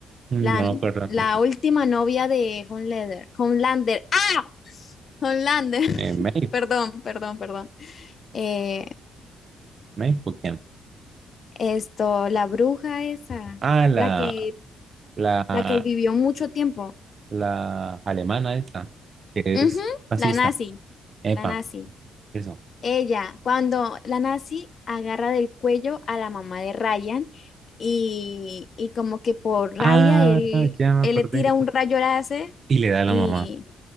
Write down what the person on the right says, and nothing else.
Mm,
No me acuerdo tampoco.
Eh, May,
May, ¿por quién?
Ah, la,
la,
la alemana esa, que
es fascista.
Epa,
eso.
Ah,
ya me
acordé.
Y le da a
la mamá.